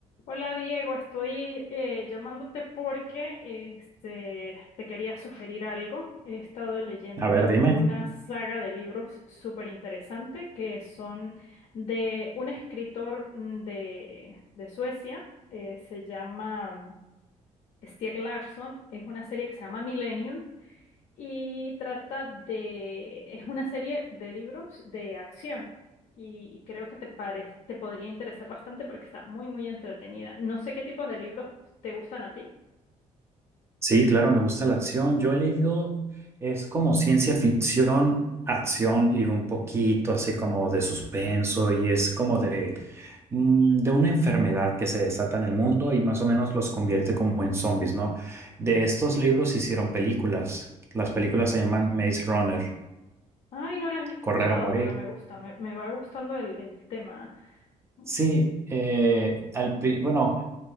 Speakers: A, on the left; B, on the right.
A: Hola Diego, estoy eh, llamándote porque este, te quería sugerir algo. He estado leyendo
B: A ver, dime.
A: una saga de libros súper interesante que son de un escritor mm, de, de Suecia, eh, se llama mm, Stieg Larsson, es una serie que se llama Millennium y trata de, es una serie de libros de acción y, y creo que te pare- te podría interesar bastante porque está muy, muy entretenida. No sé qué tipos de libros te gustan a ti.
B: Sí, claro, me gusta la acción. Yo he leído, es como ciencia ficción, acción y un poquito así como de suspenso y es como de, mm, de una enfermedad que se desata en el mundo y más o menos los convierte como en zombies, ¿no? De estos libros se hicieron películas. Las películas se llaman Maze Runner,
A: Ay, no las he escuchado,
B: Correr o Morir.
A: pero me gusta, me, me va gustando el, el tema. Mm,
B: Sí, eh, al pri- bueno,